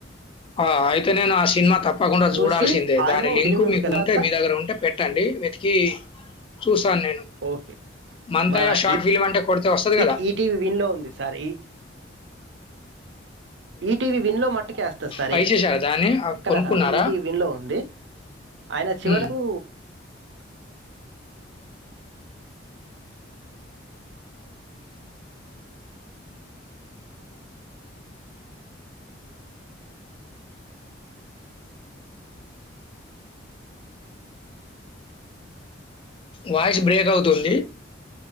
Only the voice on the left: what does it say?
ఆ అయితే నేను ఆ సినిమా తప్ప తప్పకుండా చూడాల్సిందే
దాని లింకు
మీకు
ఉంటే మీ దగ్గర ఉంటే పెట్టండి వెతికి చూసి నేను
మంతాయ
షార్ట్ ఫిల్మ్ అంటే కొడితే వస్తది
కదా
బై చేసారా దాన్ని? ఆహ్,
కొనుక్కున్నారా?
హ్మ్. వాయిస్ బ్రేక్ అవుతుంది